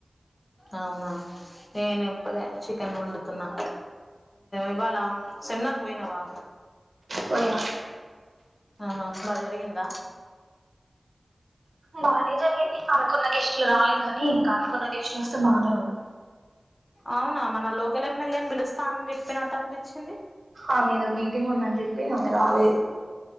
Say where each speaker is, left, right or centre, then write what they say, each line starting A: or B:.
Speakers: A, on the left; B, on the right.
A: అవునా నేను ఇప్పుడే చికెన్ వండుతున్నా ఇవాళ సెమినార్ కు పోయినావా
B: పోయినా
A: ఆహా బజ కింద
B: బానే జరిగింది అనుకున్న గెస్ట్లు రాలేదు కాగాని ఇంకా అనుకున్న గెస్ట్లు వస్తే బానే ఉండు
A: అవునా మన లోకల్ ఎమ్మెల్యేని పిలుస్తానని చెప్పినట్టు అనిపించింది
B: ఆమ్ ఏదో మీటింగ్ ఉందని చెప్పి ఆమె రాలేదు